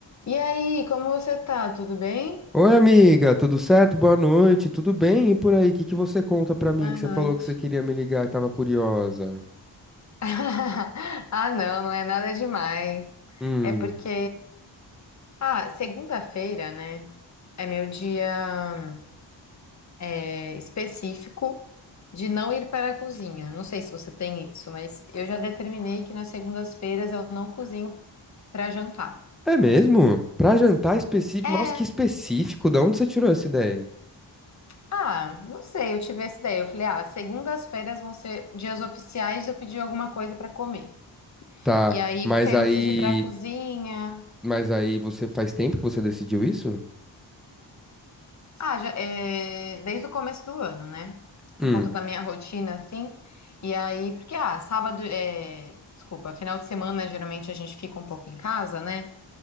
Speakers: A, on the left; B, in the centre.
A: E aí, como você tá? Tudo bem?
B: Oi, amiga, tudo certo? Boa noite, tudo bem? E por aí, o que que você conta pra mim
A: Boa
B: que você
A: noite.
B: falou que você queria me ligar e tava curiosa?
A: <laughs> Ah, não, não é nada demais.
B: Hum,
A: É porque, ah, segunda-feira, né? É meu dia é, específico de não ir para a cozinha. Não sei se você tem isso, mas eu já determinei que nas segundas-feiras eu não cozinho para jantar.
B: é mesmo? Pra jantar específico?
A: É,
B: Nossa, que específico, da onde você tirou essa ideia?
A: ah, não sei, eu tive essa ideia. Eu falei, ah, segundas-feiras vão ser dias oficiais de eu pedir alguma coisa para comer.
B: Tá,
A: E aí,
B: mas
A: porque aí
B: aí,
A: não preciso ir pra cozinha.
B: mas aí você faz tempo que você decidiu isso?
A: Ah, já, é, desde o começo do ano, né? Por
B: Hum,
A: conta da minha rotina, assim. E aí, porque, ah, sábado, é, desculpa, final de semana geralmente a gente fica um pouco em casa, né?